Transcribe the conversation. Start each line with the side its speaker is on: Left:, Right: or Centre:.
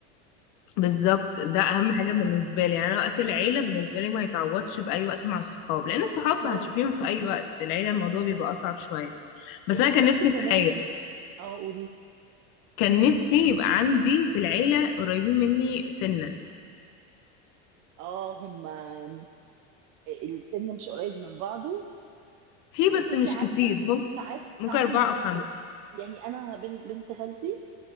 Left: بالظبط ده اهم حاجه بالنسبه لي يعني انا وقت العيله بالنسبه لي ما يتعوضش باي وقت مع الصحاب لان الصحاب
Right: خالص
Left: هتشوفيهم في اي وقت العيله الموضوع
Right: بالظبط
Left: بيبقى اصعب شويه بس
Right: وبتحسي
Left: انا كان نفسي
Right: كمان
Left: في حاجه
Right: اه قولي
Left: كان نفسي يبقى عندي في العيلة قريبين مني سنا
Right: اه هما السن مش قريب من بعضه
Left: في بس
Right: بس انت
Left: مش
Right: عارفه
Left: كتير ممكن
Right: ساعات
Left: ممكن
Right: ساعات
Left: أربعة
Right: مش بتفرق
Left: أو خمسة
Right: يعني انا بنت بنت خالتي